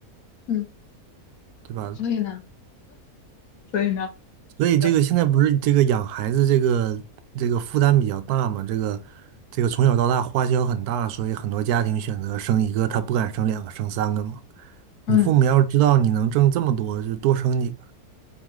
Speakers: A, on the left; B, on the right.
A: 嗯，
B: 对吧？
A: 所以呢，所以呢。
B: 所以这个现在不是这个养孩子这个这个负担比较大嘛？
A: 对。
B: 这个这个从小到大花销很大，所以很多家庭选择生一个，他不敢生两个，生三个嘛。
A: 嗯。
B: 你父母要是知道你能挣这么多，就多生几个。